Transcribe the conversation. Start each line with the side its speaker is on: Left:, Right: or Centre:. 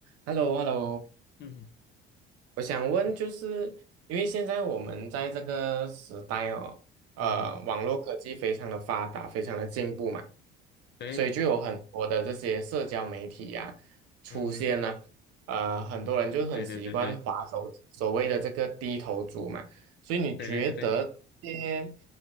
Right: h e l l o h e l l o
Left: 嗯
Right: 我想问，
Left: 嗯
Right: 就是因为现在我们在这个时代哦，呃，
Left: 嗯嗯，
Right: 网络科技非常的发达，非常的进步嘛，
Left: 对，
Right: 所以就有很多的这些社交媒体呀、出现呢，
Left: 嗯嗯，
Right: 呃，很多人就很习惯滑手，
Left: 对对对对
Right: 所谓的这个低头族嘛，所以你觉得这些
Left: 对对对对